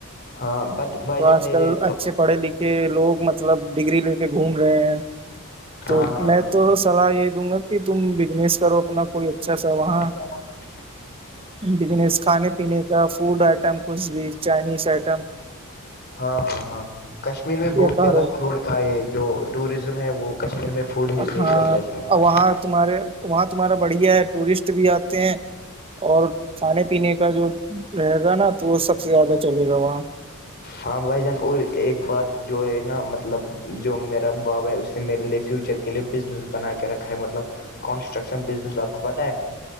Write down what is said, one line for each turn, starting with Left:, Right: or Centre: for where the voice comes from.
Left: ہاں بٹ بھائی
Right: تو
Left: جان
Right: آج
Left: میرے
Right: کل اچھے پڑے لکھے کے لوگ مطلب ڈگری لے کے گھوم رہے ہیں تو
Left: ہاں ہاں
Right: میں تو سلاح یہی دوں گا کہ تم بزنس کرو اپنا کوئی اچھا سا وہاں
Left: ہاں
Right: بنس کھانے پینے کا فوڈ آئٹم کچھ بھی چائنیز آئٹم
Left: ہاں ہاں ہاں کشمیر میں
Right: یا
Left: بہت
Right: کارو
Left: زیادہ فڈ کا ہے جو ٹوریزم ہے وہ کشمیر میں فوڈ ہی سے ہی
Right: ہاں
Left: چلتا ہے سارا
Right: وہاں تمہارے وہاں تمہارا بڑھیا ہے ٹورسٹ بھی آتے ہیں اور کھانے پینے کا جو رہے گا نا تو وہ سب سے زیادہ چلے گا وہاں
Left: ہاں بھائی جان اور ایک بات جو ہے نا مطلب جو میرا باب ہے اس میرے لیے فیوچر کے لیے بزنس بنا کے رکھا ہے مطلب کانسٹرکشن بزنس آپ کو پت ہے